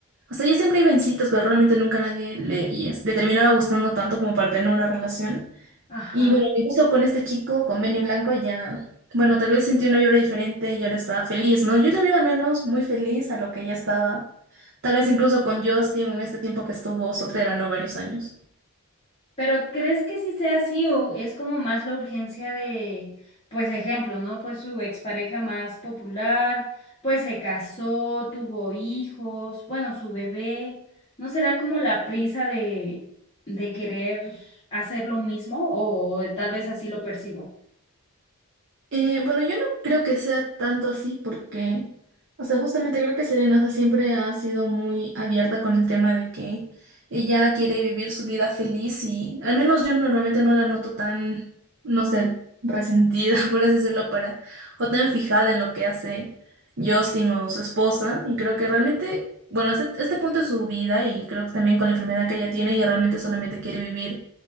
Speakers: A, on the right (about 50°); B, on the left (about 25°).
A: O sea, ya siempre iba en citas, pero realmente nunca nadie le, y es- le terminaba gustando tanto como para tener una relación.
B: Ajá.
A: Y bueno, que justo con este chico, con Benny Blanco, ya, bueno, tal vez sentí una vibra diferente y ahora estaba feliz, ¿no? Yo la veo al menos muy feliz a lo que ella estaba. Tal vez incluso con Justin en este tiempo que estuvo soltera, ¿no? Varios años.
B: Pero ¿crees que sí sea así o es como más la urgencia de, pues ejemplo, ¿no? Pues su expareja más popular, pues se casó, tuvo hijos, bueno, su bebé, ¿no será como la prisa de, de querer hacer lo mismo o tal vez así lo percibo?
A: Eh, bueno, yo no creo que sea tanto así porque, o sea, justamente creo que Serena, o sea, siempre ha sido muy abierta con el tema de que ella quiere vivir su vida feliz y al menos yo normalmente no la noto tan, no sé, resentida, <laughs> por así decirlo, para, o tan fijada en lo que hace Justin o su esposa y creo que realmente, bueno, este, este punto es su vida y creo que también con la enfermedad que ella tiene, ella realmente solamente quiere vivir